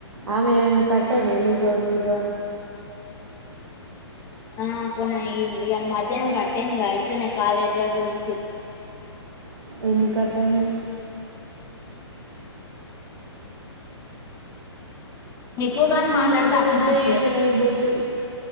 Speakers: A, on the right; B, on the left.
A: ఆమె ఏమన్నా కట్టాదా నీది నీది
B: ఆ కొన ఇవాళ మధ్యాహ్నం కట్టేందిగా ఇట్లానే కాాల ఇరవై రోజు నుంచి
A: ఎందుకు కట్ అయింది
B: ఎక్కువ
A: బట్
B: కాలు
A: ఇంతరడేై
B: మాట్లాడితే అట్లనే వత్తది
A: గనయిబోతు